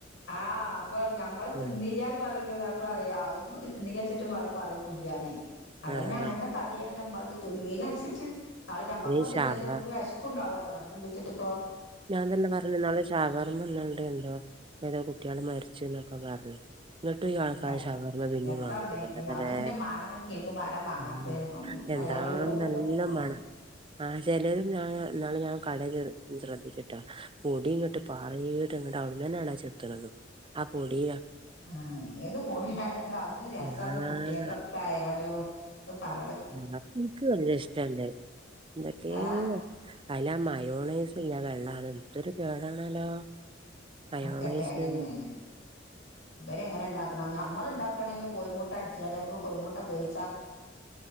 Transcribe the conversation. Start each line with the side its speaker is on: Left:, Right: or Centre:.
Left: ആ അപ്പൊ ഞമ്മള് തിന്നീല്ല്യ
Right: ഉം
Left: പറ <unintelligible> പറിയ ജിപ്പൊ തിന്ന്ല്ല്യേച്ചിട്ട്പ്പൊ ആരു പറയൊന്നുല്ല്യാന്നെ അതന്നെ
Right: ആഹ്
Left: അങ്ങനത്തെ തടിയാണ് ഞമ്മ മത് തിന്നീല്യാച്ചിട്ട് അത് ഞമ്മക്ക്പ്പോ
Right: ഈ
Left: തിന്നെച്ച
Right: ഷവ
Left: മ്മക്ക് വെഷ്പ്പുണ്ടാവല്ലോ തടിണ്ട്ച്ചിട്ട്പ്പൊ.
Right: ഞാൻ തന്നെ പറഞ്ഞുന്നാളെ ഷവർമ്മന്നാണ്ടെന്തോ ഏതോ കുട്ട്യേള് മരിച്ച്ന്നൊക്കെ പറഞ്ഞ് ന്നിട്ടു ഈ ആൾക്കാര്
Left: എ
Right: ശവർമ്മ പിന്നിം
Left: എത്താന്ന്
Right: വാങ്ങി തിന്നന്നെ
Left: അതിന്റെ മണങ്ങട്ട് കേക്കുമ്പോ ആരാ മാങ്ങാത്തെ
Right: <unintelligible> എന്താണ്
Left: അരൂക്കൂടെ പോകുമ്പോത്തിന്
Right: നല്ല
Left: മാണാ
Right: മണാ ആ ചെലൊര് ഞാ ഇന്നാള് ഞാൻ കട ശ്രദ്ധിച്ചിട്ടാ പൊടിങ്ങട്ട് പാറീട്ട് ന്നിട്ട് അവട്ന്നൊണ് ആ ചെത്ത്ണതും ആ പൊടി
Left: ആ ഏത് പൊടിയായാലും അത് രസാന്ന്
Right: ആഹ്
Left: കുട്ടിയെക്കൊക്കായാലു <unintelligible>
Right: ആ ഇന്ക്ക് വല്ല്യ ഇഷ്ടല്ല്യേ എന്തൊക്കെ
Left: ഏഹ്
Right: അയ്ലാ മയോണേയ്സില്ലെ വെള്ളാ ന്തൊരു കേടാണേലൊ മയോണയ്സ്
Left: അതൊക്കെ കേടന്നെയാണ് ഇവരെങ്ങനെ ഉണ്ടാക്കണ ഞമ്മളുണ്ടാക്കണേലും കോഴമുട്ട അടിച്ചേണ് കോഴമുട്ട വേവി